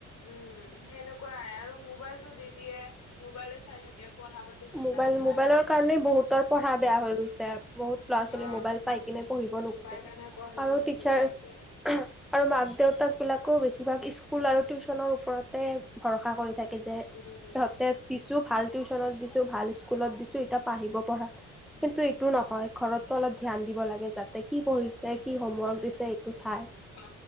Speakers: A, on the left (about 65°); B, in the centre.
A: উম' সেনেকুৱাই আৰু মোবাইলতটো দি দিয়ে। মোবাইলে চাই থাকে পঢ়া পাতি, ধান্দা
B: মোবাইল,
A: নোহোৱা
B: মোবাইলৰ
A: হৈ গৈছে।
B: কাৰণে বহুতৰ পঢ়া বেয়া হৈ গৈছে। বহুত ল'ৰা ছোৱালী
A: অ
B: মোবাইল পাই কিনে পঢ়িব নোখোজে।
A: পাই কাৰণে পঢ়িব
B: আৰু
A: নোখোজা
B: টিচাৰ,
A: হৈছে
B: আৰু মাক দেউতাক বিলাকও বেছিভাগ স্কুল আৰু টিউশ্যনৰ ওপৰত ভৰসা কৰি থাকে যে
A: উম
B: সিহঁতে দিছো ভাল টিউশ্যনত দিছো ভাল স্কুলত দিছো। এতিয়া পঢ়িব পৰাঢ়া কিন্তু এইটো নহয় ঘৰত অলপ ধ্যান দিব লাগে যাতে কি পঢ়িছে কি হোমৱৰ্ক দিছে এইটো চাই
A: অ